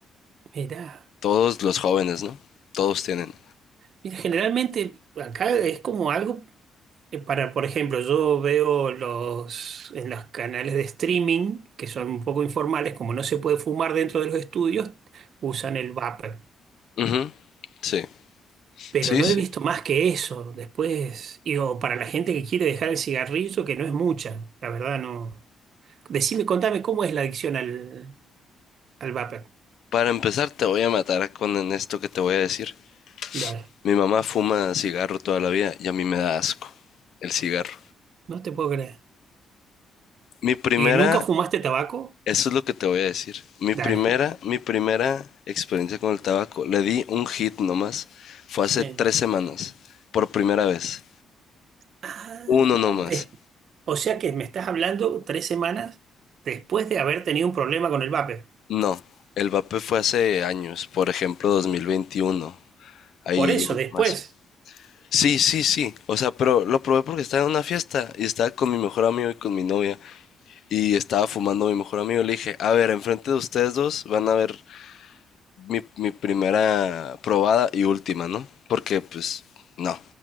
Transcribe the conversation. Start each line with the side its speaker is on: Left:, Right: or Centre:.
Right: mira,
Left: todos los jóvenes, ¿no? Todos tienen.
Right: mira, generalmente acá es como algo que para, por ejemplo, yo veo los en los canales de streaming que son un poco informales, como no se puede fumar dentro de los estudios, usan el vapor.
Left: Ujú, Sí, sí,
Right: Pero no
Left: sí.
Right: he visto más que eso. Después, y o para la gente que quiere dejar el cigarrillo, que no es mucha, la verdad no. Decime, contame cómo es la adicción al, al vapor.
Left: Para empezar te voy a matar con en esto que te voy a decir.
Right: Dale,
Left: Mi mamá fuma cigarro toda la vida y a mí me da asco el cigarro.
Right: no te puedo creer.
Left: Mi primera,
Right: ¿Y nunca fumaste tabaco?
Left: eso es lo que te voy a decir. Mi
Right: Dale.
Left: primera, mi primera experiencia con el tabaco, le di un hit nomás. Fue
Right: Sí.
Left: hace tres semanas, por primera vez.
Right: Ah,
Left: Uno nomás.
Right: de- o sea que me estás hablando tres semanas después de haber tenido un problema con el vape.
Left: No, el vape fue hace años, por ejemplo 2021. Ahí
Right: Por eso, después.
Left: más. Sí, sí, sí. O sea, pero lo probé porque estaba en una fiesta y estaba con mi mejor amigo y con mi novia. y estaba fumando mi mejor amigo. Le dije, a ver, enfrente de ustedes dos van a ver mi, mi primera probada y última, ¿no? Porque pues no,